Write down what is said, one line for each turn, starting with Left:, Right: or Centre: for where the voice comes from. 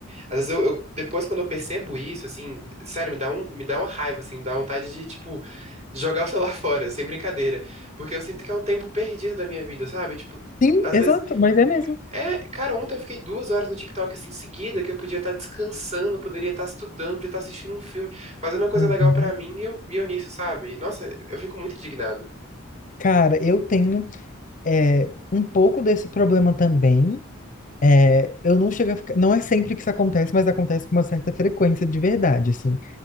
Right: Às vezes, eu, eu- depois, quando eu percebo isso, assim, sério, me dá um, me dá uma raiva, assim, me dá vontade de, tipo, jogar o celular <laughs> fora, sem brincadeira. Porque eu sinto que é um tempo perdido da minha vida, sabe? Tipo,
Left: Sim,
Right: às
Left: exato,
Right: vezes,
Left: mas é mesmo.
Right: é, cara, ontem eu fiquei duas horas no TikTok assim, seguida, que eu podia estar descansando, poderia estar estudando, podia estar assistindo um filme, fazendo uma coisa
Left: Uhum.
Right: legal pra mim e eu, e eu nisso, sabe? Nossa, eu fico muito indignado.
Left: Cara, eu tenho é, um pouco desse problema também. É, Eu não chego a ficar. Não é sempre que isso acontece, mas acontece com uma certa frequência de verdade, assim.